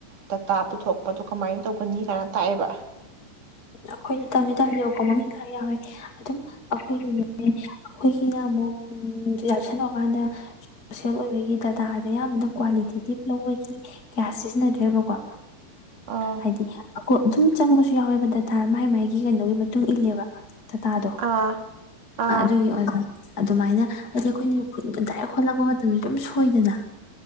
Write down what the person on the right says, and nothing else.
ꯗꯇꯥ ꯄꯨꯊꯣꯛꯄꯗꯣ ꯀꯃꯥꯏꯅ ꯇꯧꯒꯅꯤ ꯀꯥꯏꯅ ꯇꯥꯛꯑꯦꯕ
ꯑꯥ
ꯑꯥ ꯑꯥ